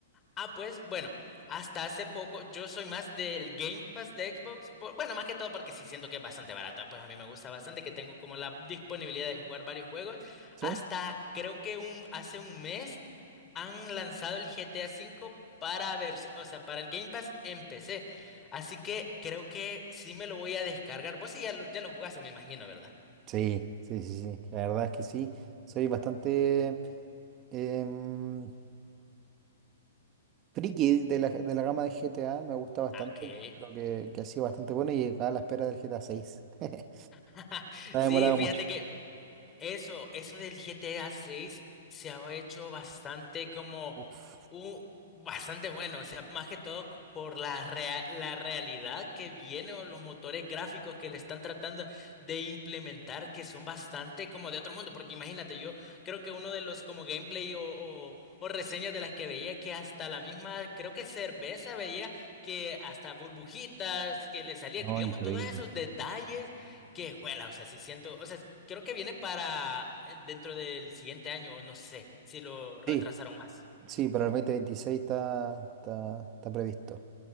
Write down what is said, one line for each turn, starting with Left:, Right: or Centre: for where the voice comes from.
Left: Ah, pues bueno, hasta hace poco yo soy más del Game Pass de Xbox. por- bueno, más que todo porque sí siento que es bastante barato. Pues a mí me gusta bastante que tengo como la disponibilidad de jugar varios juegos.
Right: ¿Sí?
Left: Hasta creo que un, hace un mes han lanzado el GTA V para ver, o sea, para el Game Pass en PC. Así que creo que sí me lo voy a descargar. Vos sí ya lo, ya lo jugaste, me imagino, ¿verdad?
Right: Sí, sí, sí, sí. La verdad es que sí. Soy bastante em, friki de la, de la gama de GTA. Me gusta bastante.
Left: Ah, Okay.
Right: Encuentro que, que ha sido bastante bueno y acá a la espera del GTA seis. <laughs> Se
Left: <laughs>
Right: ha
Left: Sí,
Right: demorado
Left: fíjate
Right: mucho.
Left: que eso, eso del GTA 6 se ha hecho bastante como
Right: Uf,
Left: un bastante bueno, o sea, más que todo por la rea- la realidad que viene o los motores gráficos que le están tratando de implementar que son bastante como de otro mundo, porque imagínate, yo creo que uno de los como gameplay o, o o reseñas de las que veía que hasta la misma, creo que cerveza veía que hasta burbujitas que le salía,
Right: no,
Left: digamos,
Right: increíble.
Left: todos esos detalles Qué juela, o sea, sí siento, o sea, creo que viene para eh, dentro del siguiente año, o no sé, si lo retrasaron
Right: Sí,
Left: más.
Right: sí, para el 2026 está, está, está previsto.